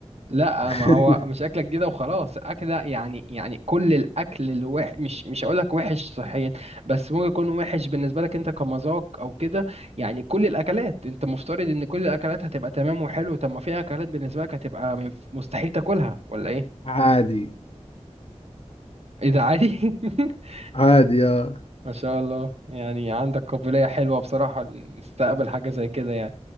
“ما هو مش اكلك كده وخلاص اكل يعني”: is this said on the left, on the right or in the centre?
Right